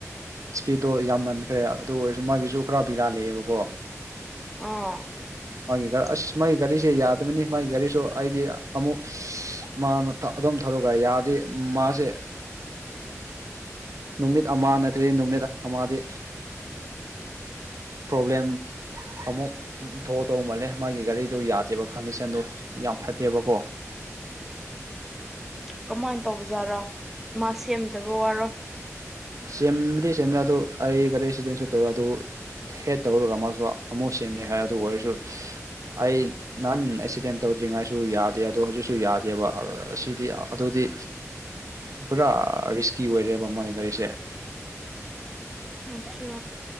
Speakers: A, on the right; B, in the centre.
A: ꯁ꯭ꯄꯤꯗꯇꯣ ꯌꯥꯝꯃꯟꯈ꯭ꯔꯦ ꯑꯗꯨ ꯑꯣꯏꯔꯁꯨ ꯃꯥꯒꯤꯁꯨ ꯈꯔ ꯕꯦꯔꯥ ꯂꯩꯌꯦꯕꯀꯣ
B: ꯑꯣ
A: ꯃꯥꯒꯤ ꯑꯁ ꯃꯥꯒꯤ ꯒꯥꯔꯤꯁꯦ ꯌꯥꯗꯕꯅꯤ ꯃꯥꯒꯤ ꯒꯥꯔꯤꯁꯨ ꯍꯥꯏꯗꯤ ꯑꯃꯨꯛ ꯃꯥꯅ ꯑꯗꯨꯝ ꯊꯧꯔꯒ ꯌꯥꯗꯦ ꯃꯥꯁꯦ
B: <inaudible>
A: ꯅꯨꯃꯤꯠ ꯑꯃ ꯅꯠꯇ꯭ꯔꯗꯤ ꯅꯨꯃꯤꯠ ꯑꯃꯗꯤ ꯄ꯭ꯔꯣꯕ꯭ꯂꯦꯝ ꯑꯃꯨꯛ ꯗꯧꯗꯧ ꯃꯥꯜꯂꯦ ꯃꯥꯒꯤ ꯒꯥꯔꯤꯗꯨ ꯌꯥꯗꯦꯕ ꯀꯟꯗꯤꯁꯟꯗꯨ ꯌꯥꯝ ꯐꯠꯇꯦꯕꯀꯣ
B: ꯀꯃꯥꯏꯅ ꯇꯧꯕꯖꯥꯠꯔꯥ ꯃꯥ ꯁꯦꯝꯗꯕ ꯋꯥꯔꯣ
A: ꯁꯦꯝꯗꯤ ꯁꯦꯝꯃꯦ ꯑꯗꯨ ꯑꯩ ꯒꯥꯔꯤ ꯑꯦꯛꯁꯤꯗꯦꯟꯁꯨ ꯇꯧꯋꯦ ꯑꯗꯨ ꯍꯦꯠ ꯇꯧꯔꯒ ꯑꯃꯁꯨ ꯑꯃꯨꯛ ꯁꯦꯝꯃꯦ ꯍꯥꯏ ꯑꯗꯨ ꯑꯣꯏꯔꯁꯨ ꯑꯩ ꯅꯍꯥꯟ ꯑꯦꯛꯁꯤꯗꯦꯟ ꯇꯧꯗ꯭ꯔꯤꯉꯥꯏꯁꯨ ꯌꯥꯗꯦ ꯑꯗꯣ ꯍꯧꯖꯤꯛꯁꯨ ꯌꯥꯗꯦꯕ ꯁꯤꯗꯤ ꯑꯗꯨꯗꯤ
B: <inaudible>
A: ꯄꯨꯔꯥ ꯔꯤꯁꯀꯤ ꯑꯣꯏꯔꯦꯕ ꯃꯥꯏ ꯒꯥꯔꯤꯁꯦ
B: ꯑꯠꯆꯥ